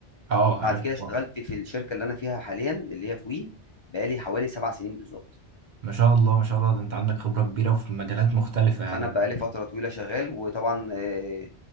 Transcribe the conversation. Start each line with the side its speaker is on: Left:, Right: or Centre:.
Right: اه
Left: بعد
Right: عارف
Left: كده اشتغلت
Right: طبعا
Left: في الشركة اللي أنا فيها حاليًا اللي هي في وي، بقى لي حوالي 7 سنين بالضبط،
Right: ما شاء الله ما شاء الله ده انت عندك خبره كبيره وفي مجالات مختلفه يعني
Left: فأنا بقى لي فترة طويلة شغال، وطبعًا آآ